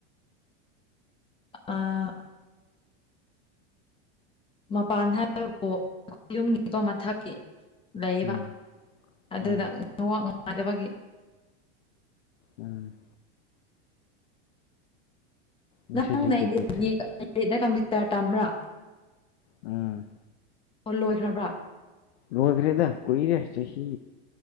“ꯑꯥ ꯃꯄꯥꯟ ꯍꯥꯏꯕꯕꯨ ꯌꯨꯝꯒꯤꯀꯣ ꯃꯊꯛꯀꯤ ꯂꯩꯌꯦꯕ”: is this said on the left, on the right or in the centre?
Left